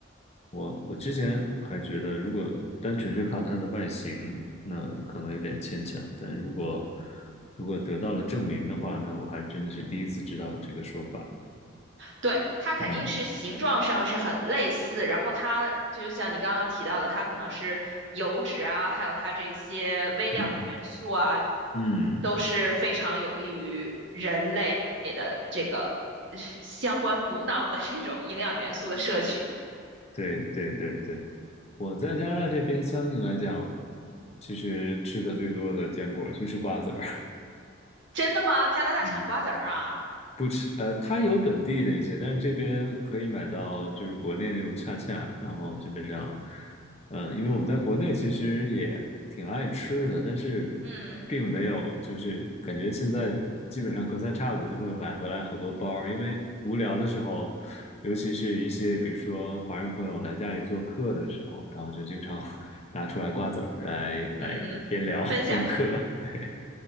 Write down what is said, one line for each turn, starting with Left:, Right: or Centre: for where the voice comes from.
Left: 我我之前还觉得，如果单纯是靠它的外形，那可能有点牵强。但如果如果得到了证明的话，那我还真的是第一次知道这个说法。
Right: 对，它肯定是形状上是很类似，
Left: 嗯
Right: 然后它就像你刚刚提到的，它可能是油脂啊，还有它这些微量的元素啊，
Left: 嗯嗯，
Right: 都是非常有利于人类的这个呃相关补脑的这种营养元素的摄取。
Left: 对对对对，我在加拿大这边相应来讲，其实吃的最多的坚果就是瓜子儿。
Right: 真的吗？加拿大产瓜子儿啊？
Left: <laughs> 嗯不吃，呃，它有本地的一些，但是这边可以买到就是国内那种恰恰，然后基本上，呃，因为我们在国内其实也挺爱吃的，但是
Right: 嗯
Left: 并没有就是感觉现在基本上隔三差五就会买回来好多包儿，因为无聊的时候，尤其是一些比如说华人朋友来家里做客的时候，然后就经常 <laughs> 拿出来瓜子儿来来边聊边嗑，
Right: 嗯，分享一下，
Left: <laughs> 对，